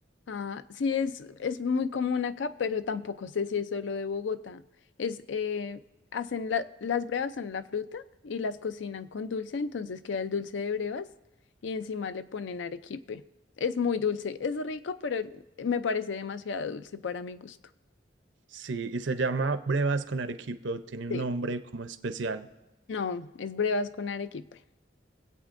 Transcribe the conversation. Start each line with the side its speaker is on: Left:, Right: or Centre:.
Left: Ah, sí, es, es muy común acá, pero tampoco sé si es solo de Bogotá. Es, eh, hacen la- las brevas son la fruta y las cocinan con dulce, entonces queda el dulce de brevas y encima le ponen arequipe. Es muy dulce, es rico, pero me parece demasiado dulce para mi gusto.
Right: Sí, y se llama brevas con arequipe o tiene un
Left: Sí.
Right: nombre como especial.
Left: No, es brevas con arequipe.